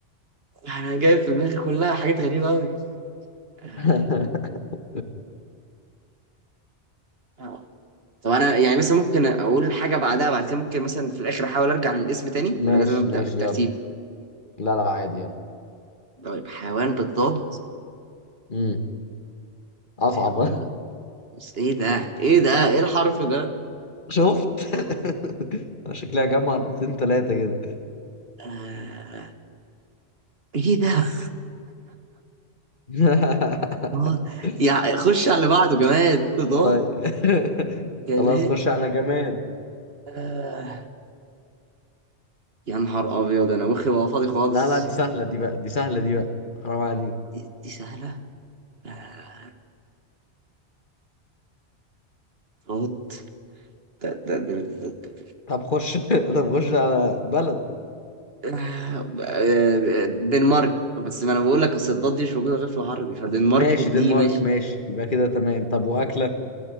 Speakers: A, on the right (about 65°); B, on the left (about 50°).
A: أنا جايب في دماغي كلها حاجات غريبة أوي آه.
B: <laughs>
A: آه. طب أنا يعني مثلا ممكن أقول حاجة بعدها بعد كده ممكن مثلا في الآخر أحاول أرجع للاسم تاني
B: ماشي
A: ولا لازم أبدأ
B: ماشي
A: بالترتيب؟
B: يلا لا لا عادي يلا
A: طيب حيوان بالضاد
B: امم أصعب
A: حيوان
B: <laughs>
A: بالضاد إيه ده؟ إيه ده؟ إيه الحرف ده؟
B: شفت <laughs>
A: ضاد.
B: أنا شكلها جمع نقطتين تلاتة كده
A: آه. ايه ده؟
B: <laughs>
A: آه، يعني خش على بعضه جماد اضاءات
B: طيب <laughs>
A: جماد
B: خلاص خش على جماد
A: آه. يا نهار ابيض انا مخي بقى فاضي خالص
B: لا لا دي سهلة دي بقى دي سهلة دي بقى حرام عليك
A: دي, دي سهله آه، اضاءات ده- ده- ده- ده- ده-
B: طب خش <laughs> طب خش على بلد
A: آه، آه، دنمارك بس ما انا بقول لك اصل الضاد دي مش موجوده غير في العربي فدنمارك
B: ماشي
A: بالدي
B: دنمارك
A: ماشي
B: ماشي يبقى كده تمام طب وأكلة